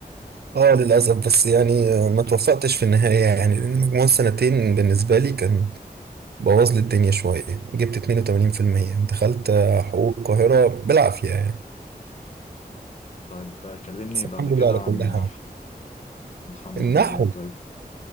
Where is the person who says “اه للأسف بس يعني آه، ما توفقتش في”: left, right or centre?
Right